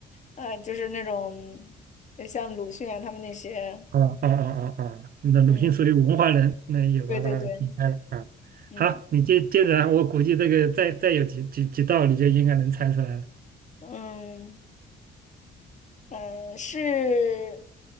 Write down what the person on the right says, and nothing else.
啊哦哦哦哦，那鲁迅属于文化人，
那也把它劈开了啊。
好，你接接着啊我估计这个再再有几几几道，你就应该能猜出来了。